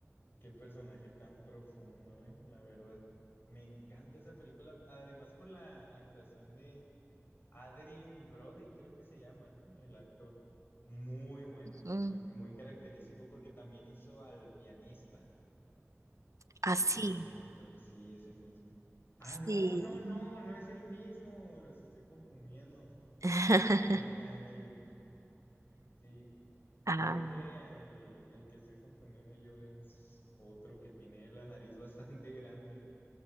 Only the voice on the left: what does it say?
qué personaje tan profundo, ¿eh? La verdad, me encanta esa película. Además por la actuación de Adrien Brody, creo que se llama, ¿no? El actor. Muy bueno, muy
bueno y muy característico porque también hizo al pianista.
Es el mismo actor, sí, es el mismo. Ah,
no, no, no, no es el mismo, los estoy confundiendo.
Sí, nada que ver. Sí,
creo que el, el que estoy confundiendo yo es otro que tiene la nariz <laughs> bastante grande,